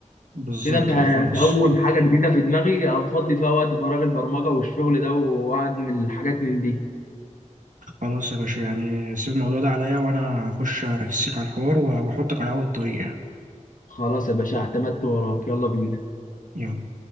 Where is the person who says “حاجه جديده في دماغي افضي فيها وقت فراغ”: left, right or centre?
Left